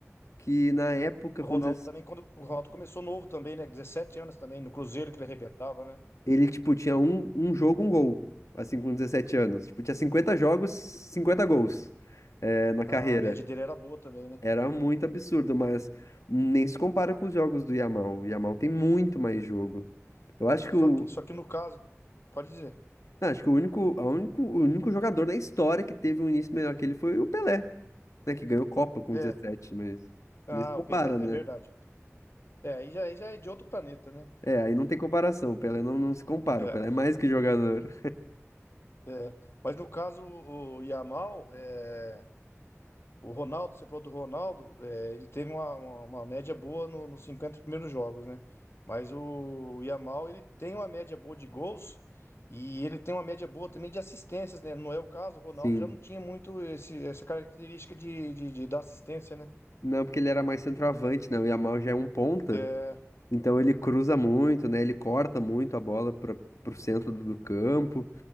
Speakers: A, on the left; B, on the left.
A: que na época,
B: O
A: quando...
B: Ronaldo também, quando o Ronaldo começou novo também, né? dezessete anos também, no Cruzeiro que ele arrebentava, né?
A: Ele, tipo, tinha um, um jogo, um gol, assim, com 17 anos. Tipo, tinha 50 jogos, 50 gols, é, na
B: A
A: carreira.
B: média dele era boa também, né?
A: Era muito absurdo, mas nem se compara com os jogos do Yamal. O Yamal tem muito mais jogo. Eu acho
B: Só
A: que o,
B: que, só que no caso, pode dizer.
A: não, acho que o único, a único, o único jogador na história que teve um início melhor que ele foi o Pelé, né, que ganhou Copa com
B: É.
A: 17 mas
B: Ah,
A: nem se compara,
B: o Pelé, é
A: né?
B: verdade. É, aí já, aí já é de outro planeta, né? <laughs>
A: É, aí não tem comparação. O Pelé não, não se compara.
B: É,
A: O Pelé é mais que jogador.
B: é. Mas no caso, o Yamal, é. O Ronaldo, você falou do Ronaldo, é, ele teve uma, uma, uma média boa no- nos 50 primeiros jogos, né? Mas o, o Yamal, ele tem uma média boa de gols e ele tem uma média boa também de assistências, né? Não é o caso, o Ronaldo
A: Sim.
B: já não tinha muito esse, essa característica de, de, de dar assistência, né?
A: Não, porque ele era mais centroavante, né? O Yamal já é um ponta.
B: É,
A: Então ele cruza muito, né? Ele corta muito a bola para pro centro do do campo.